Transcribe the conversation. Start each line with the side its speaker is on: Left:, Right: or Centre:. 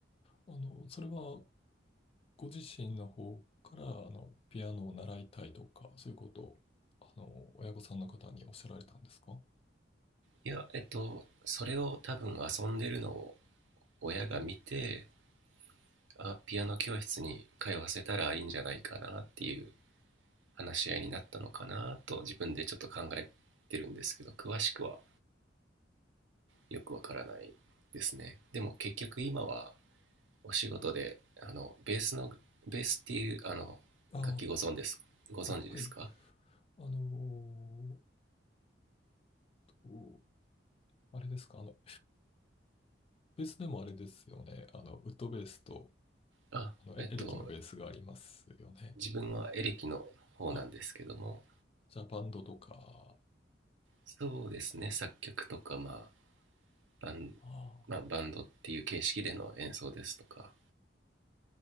Left: あの、それはご自身の方からあのピアノを習いたいとか、そういうことをあの親御さんの方におっしゃられたんですか
Right: いやえっとそれを多分遊んでるのを親が見てあピアノ教室に通わせたらいいんじゃないかなっていう話し合いになったのかなと自分でちょっと考えてるんですけど詳しくはよくわからないですねでも結局今はお仕事であのベースのベースっていうあの楽器ご存知ですご存知ですか
Left: ああ、あ、はい。あのーあれですか、あの、ベースでもあれですよね。あの、ウッドベースと
Right: あえっと
Left: あのエエレキのベースがありますよね。
Right: 自分はエレキの方なんですけども
Left: あ、じゃあバンドとか。
Right: そうですね作曲とか、まあバン
Left: ああ、
Right: まあ、バンドっていう形式での演奏ですとか、